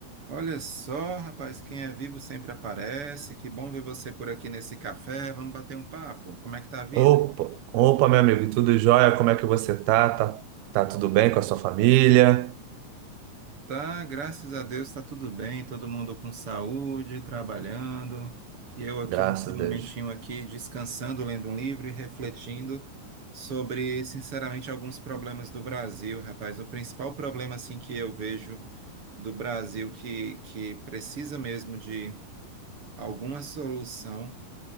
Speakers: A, on the right; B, on the right.
A: Olha só, rapaz, quem é vivo sempre aparece. Que bom ver você por aqui nesse café. Vamos bater um papo. Como é que tá a vida?
B: Opa, opa, meu amigo, tudo jóia? Como é que você tá? Tá, tá tudo bem com a sua família?
A: Tá, graças a Deus, tá tudo bem, todo mundo com saúde, trabalhando. E eu aqui
B: Graças
A: nesse momentinho
B: a Deus.
A: aqui descansando, lendo um livro e refletindo sobre, sinceramente, alguns problemas do Brasil, rapaz. O principal problema assim que eu vejo do Brasil que que precisa mesmo de alguma solução